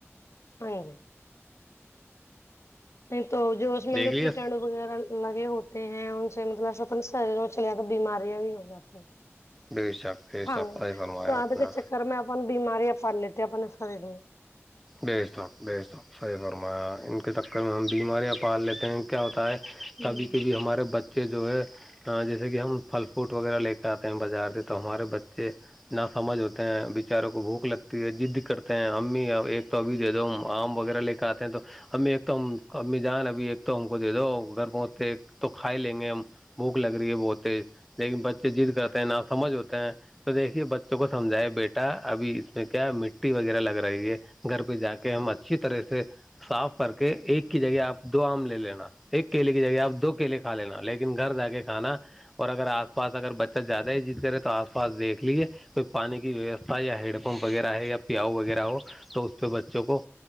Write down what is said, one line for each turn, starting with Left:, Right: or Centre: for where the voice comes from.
Left: نہیںل نہیں تو جو اس میں
Centre: دیکھ
Left: جو
Centre: لیے
Left: کیٹڑ وغیرہ لگے ہوتے ہیں ان سے مطلب اپنے شریر میں چلے جاتے بیماریاں بھی ہو جاتی
Centre: بے شک بے شک
Left: کانے
Centre: صحیح فرمایا
Left: سواد
Centre: آپ نے
Left: کے چکر میں اپن بیماریاں پال لیتے اپنے شریر میں
Centre: بے ش وق بےش س وق صحیح فرمایا ان کے چکر میں ہم بیماریاں پال لیتے ہیں کیا ہوتا ہے
Left: ہوں
Centre: کبھی کبھی ہمارے بچے جو ہے جیسے کہ ہم پھل فوٹ وغیرہ لے کے آتے ہیں بازار سے تو ہمارے بچے نہ سمجھ ہوتے ہیں بیچاروں کو بھوک لگتی ہے جضد کرتے ہیں امی ایک تو ابھی دے دو آم وغیرہ لے کے آتے ہیں تو امی ایک تو ہم امی جان ابھی ایک تو ہم کو دے دو گھر پہنچتے تو کھائی لیں گے ہم بھوک لگ رہی ہے بہتے لیکن بچے جضد کرتے ہیں نہ سمجھ ہوتے ہیں تو دیکھیے بچوں کو سمجھاائے بیٹا ابھی اس میں کیا مٹی وغیرہ لگ رہی ہے گھر پہ جا کے ہم اچھی طرح سے صاف کر کے ایک کی جگہ آپ دو آم لے لینا ایک کیلے کی جگہ آپ دو کیلے کھا لینا لیکن گھر جا کے کھانا اور اگر آس پاس اگر بچہ زیادہ ہی جیت کرے تو آس پاس دیکھ لیجے کوئی پانی کی ویوستھا یا ہیڈ پمپ وغیرہ ہے یا پیاؤ وغیرہ ہو تو تو بچوں کو